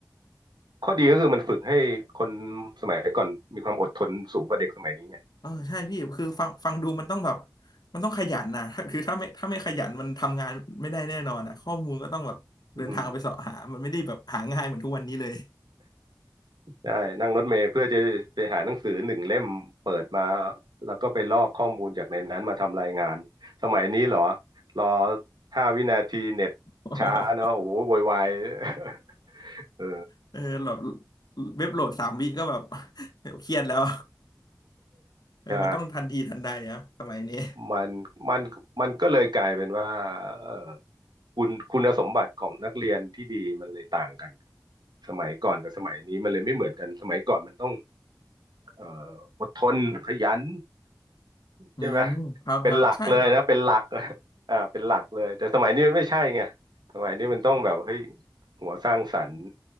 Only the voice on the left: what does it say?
เออใช่พี่คือฟังฟังดูมันต้องแบบมันต้องขยันนะถ้าคือถ้าไม่ถ้าไม่ขยันมันทำงานไม่ได้แน่นอนอ่ะข้อมูลก็ต้องแบบเดินทางไปเสาะหามันไม่ได้แบบหาง่ายเหมือนทุกวันนี้เลย
<laughs> โอ้โห
เออแบบเว็บโหลดสามวิก็แบบ <laughs> เครียดแล้วเออมันต้องทันทีทันใดอะสมัยนี้
อืมครับครับใช่ครับ